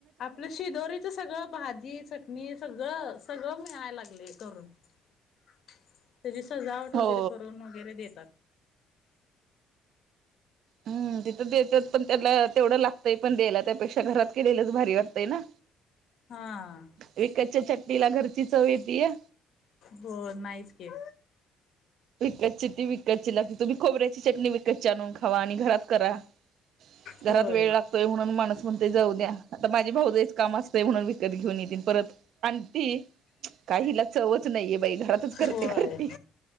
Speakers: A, on the left; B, on the right.
A: आपलं शिदोरीचं सगळं भाजी चटणी सगळं सगळं मिळाय लागलय करून त्यांची सजावट
B: हो
A: वगैरे करून वगैरे देतात
B: हम्म तिथं देतात पण त्याला तेवढं लागतंय पण द्यायला त्यापेक्षा घरात केलेलंच भारी वाटतय ना
A: हा.
B: विकतच्या चटणीला घरची चव येते
A: बर नाहीच की
B: विकतची ती विकतची लागते तुम्ही खोबऱ्याची चटणी विकतची आणून खावा आणि घरात करा घरात
A: होय
B: वेळ लागतोय म्हणून माणूस म्हणते जाऊ द्या आता माझे भावजय चे काम असते म्हणून विकत घेऊन येती परत आणती काय हिला चवच नाहीये बाई घरातच करते
A: होय
B: करते